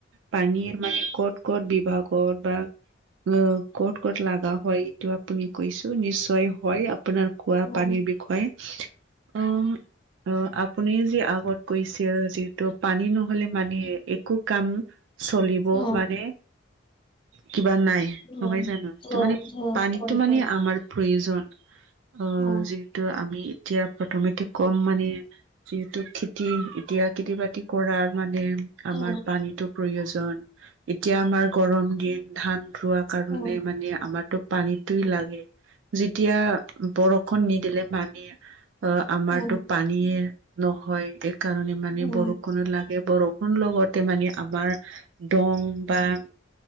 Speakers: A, on the right; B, on the left.
A: পানীৰ মানে ক'ত ক'ত বিভাগত বা। অ ক'ত ক'ত লগা হয় এইটো আপুনি কৈছো নিশ্চয় হয় আপোনাৰ- খোৱা
B: অ
A: পানীৰ বিষয়ে-
B: <inaudible>
A: অ', অ আপুনি যে আগত কৈছে যিহেতু পানী নহলে মানে একো কাম চলিব
B: অ
A: মানে। কিবা নাই
B: অ
A: নহয় জানো ত
B: অ
A: মানে
B: অ,
A: পানীতো
B: হয়
A: মানে
B: হয়
A: আমাৰ- প্ৰয়োজন আহ
B: অ
A: যিহেতু আমি এতিয়া প্ৰথমতে কম মানে- যিহেতু খেতি এতিয়া খেতি বাতি কৰাৰ মানে- আমাৰ
B: অ
A: পানীতো প্ৰয়োজন এতিয়া আমাৰ গৰম দিন ধান ৰোৱা। কাৰণে
B: অ অ
A: মানে আমাৰতো পানীটোই লাগে যেতিয়া বৰষুণ নিদিলে মানি অ আমাৰতো
B: অ
A: পানীয়ে নহয়। কাৰণে মানে
B: অ
A: বৰষুণো লাগে বৰষুণ লগতে মানে আমাৰ দং বা-